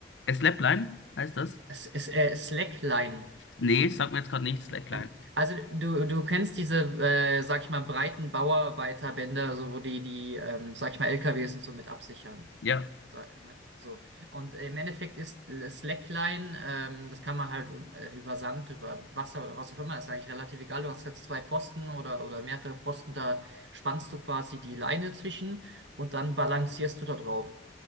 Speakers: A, on the left; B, on the right.
A: Äh, Slapline heißt das?
B: Es, es, äh, Slackline.
A: Nee, sagt mir jetzt gerade nichts. Slackline.
B: Ähm, Also du, du kennst diese, äh, sag ich mal, breiten Bauarbeiterbänder, so wo die, die, ähm, sag ich mal, LKWs und so mit absichern.
A: Ja.
B: Sag, ne? So. Und im Endeffekt ist Slackline, ähm, das kann man halt un- äh, über Sand, über Wasser oder was auch immer, ist eigentlich relativ egal. Du hast jetzt zwei Posten oder, oder mehrere Posten, da spannst du quasi die Leine zwischen und dann balancierst du da drauf